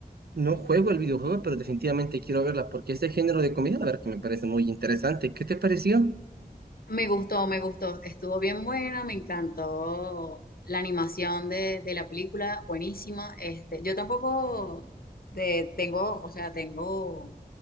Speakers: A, on the right; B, on the left.
A: No juego el videojuego, pero definitivamente quiero verla porque ese género de comida, la verdad que me parece muy interesante. ¿Qué te pareció?
B: Me gustó, me gustó. Estuvo bien buena, me encantó la animación de, de la película, buenísima. Este, yo tampoco de- tengo, o sea, tengo